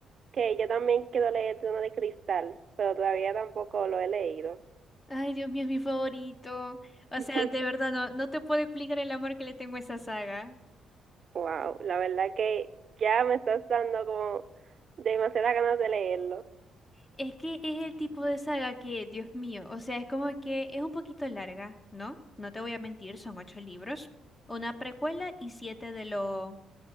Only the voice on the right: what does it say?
que yo también quiero leer Trono de Cristal, pero todavía tampoco lo he leído.
<laughs>
Wow, la verdad que ya me estás dando como demasiadas ganas de leerlo.